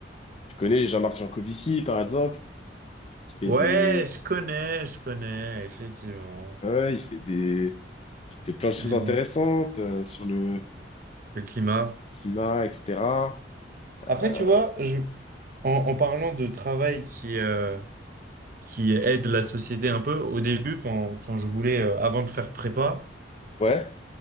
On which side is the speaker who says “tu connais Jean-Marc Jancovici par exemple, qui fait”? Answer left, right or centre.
Left